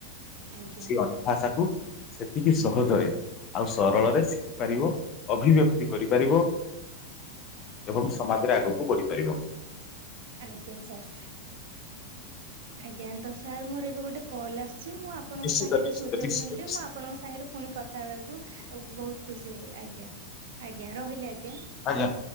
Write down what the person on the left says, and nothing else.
ସିଏ ଅନ୍ୟ ଭାଷାକୁୁ ସେତିକି ସହଜରେ ଆଉ ସରଳରେ ଶିଖିପାରିବ, ଅଭିବ୍ୟକ୍ତି କରିପାରିବ ଏବଂ ସମାଜରେ ଆଗକୁ ବଢିପାରିବ।
ନିଶ୍ଚିତ
ନିଶ୍ଚିତ
ନିଶ୍ଚିତ
ନିଶ୍ଚିତ
ଆଜ୍ଞା।